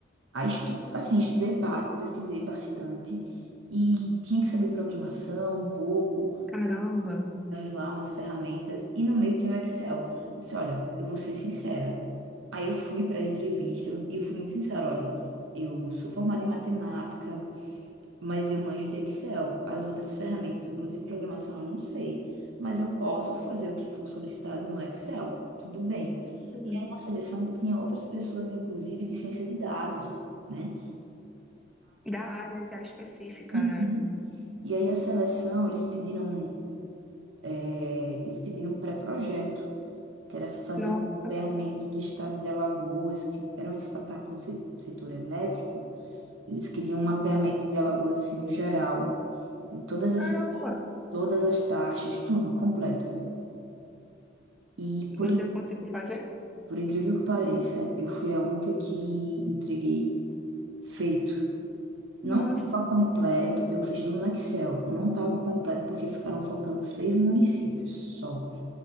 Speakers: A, on the right; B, in the centre.
A: Aí, estu... assim, estudei básico, pesquisei bastante e tinha que saber programação um pouco,
B: Caramba.
A: lá umas ferramentas e no meio tinha o Excel. Eu disse, olha, eu vou ser sincera. Aí eu fui para a entrevista eu- e eu fui muito sincera, olha, eu sou formada em matemática, mas eu manjo de Excel. As outras ferramentas, inclusive programação, eu não sei, mas eu posso fazer o que for solicitado no Excel, tudo bem.
B: Uhum.
A: E aí na seleção tinha outras pessoas, inclusive de ciência de dados, né?
B: Da área já específica,
A: Uhum.
B: né?
A: E aí a seleção, eles pediram, é, eles pediram um pré-projeto, que era fazer
B: Nossa,
A: um mapeamento do estado de Alagoas, que era uma startup no se- setor elétrico. Eles queriam um mapeamento de Alagoas, assim, no geral, de todas
B: caramba.
A: as cidades, todas as taxas, tudo completo. E por,
B: Você
A: in-
B: conseguiu fazer?
A: por incrível que pareça, eu fui a única que entreguei feito. Não
B: Nossa,
A: estava completo, eu fiz tudo no Excel. Não estava completo porque ficaram faltando seis municípios só.